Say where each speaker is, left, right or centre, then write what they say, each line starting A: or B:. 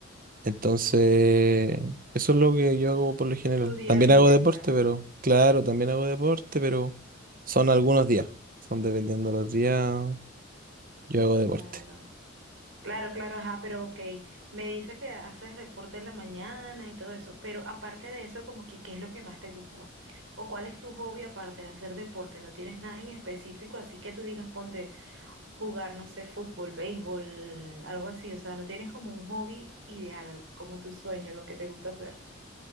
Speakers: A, on the right; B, on the right.
A: Entonces, eso es lo que yo hago por lo general.
B: Tu día
A: También
B: a día,
A: hago deporte,
B: claro,
A: pero claro, también hago deporte, pero son algunos días. Son dependiendo de los días, yo hago
B: claro,
A: deporte.
B: claro, claro, ajá, pero ok, me dices que haces deporte en la mañana y todo eso, pero aparte de eso, como que, ¿qué es lo que más te gusta? ¿O o cuál es tu hobby aparte de hacer deporte? ¿No tienes nada en específico? Así que tú digas, ponte jugar, no sé, fútbol, béisbol, algo así, o sea, no tienes como un hobby ideal, como tu sueño, lo que te gusta hacer.